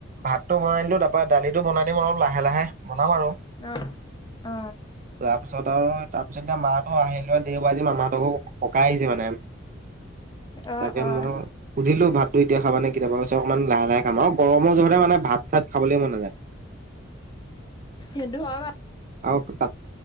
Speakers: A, on the right; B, on the left.
A: ভাতো বনিলো তাৰ পৰা দালিটো বনাই দিম অলপ লাহে লাহে। বনাম আৰু
B: অ অ
A: তাৰপিছত আৰু তাৰপিছত এতিয়া মা অ আহিলো দেও বাৰ আজি মামাহঁতৰ ককাই আহিছে মানে
B: অ
A: তাকে
B: অ
A: ম সুধিলেও ভা ভাতটো এতিয়া খাবা নাকি <unintelligible> অকমান লাহে লাহে খাম আৰু গৰমৰ জোহতে মানে ভাত চাত খাবলেে মন নযায়
B: <inaudible> হেটো হয় <unintelligible>
A: আৰু ত